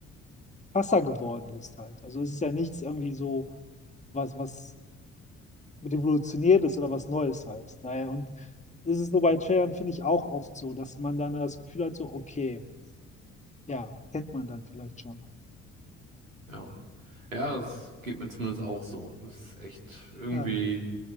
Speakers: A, on the left; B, on the right.
A: krasser geworden ist halt. Also es ist ja nichts irgendwie so, was, was Revolutionäres oder was Neues halt. Daher, und es ist nur bei Trailern, finde ich, auch oft so, dass man dann das Gefühl hat, so, okay, ja, kennt man dann vielleicht schon.
B: Ja. Ja, das geht mir zumindest auch so. Das ist echt irgendwie
A: Ja.